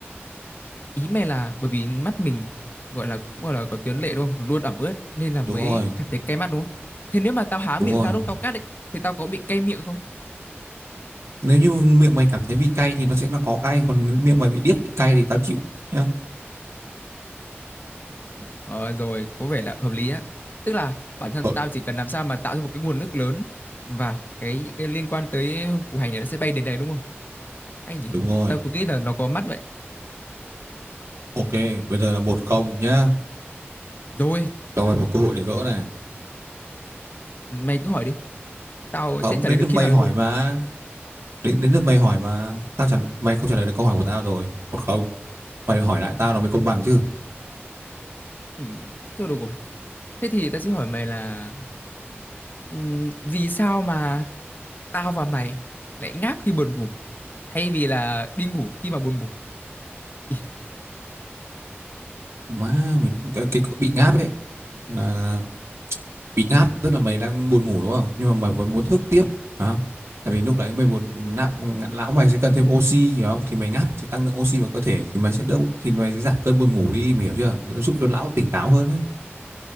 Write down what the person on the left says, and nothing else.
ý mày là bởi vì mắt mình gọi là cũng gọi là có tuyến lệ đúng không luôn ẩm ướt nên là mới
cảm thấy cay mắt đúng không thế nếu mà tao há miệng
ra lúc tao cắt ấy thì tao có bị cay miệng không
ờ rồi có vẻ là hợp lý á tức là bản thân
tao chỉ cần làm sao mà tạo ra một cái nguồn nước lớn và cái cái liên quan tới củ hành này nó sẽ bay đến đây đúng không hay nhỉ
tao cứ nghĩ là nó có mắt vậy
rồi
mày cứ hỏi đi tao
sẽ trả
lời được
khi nào đấy
thôi
ừ, thôi được rồi thế thì tao sẽ hỏi mày là Ừm, vì sao mà tao và mày lại ngáp khi buồn ngủ thay vì là đi ngủ khi mà buồn ngủ Ý,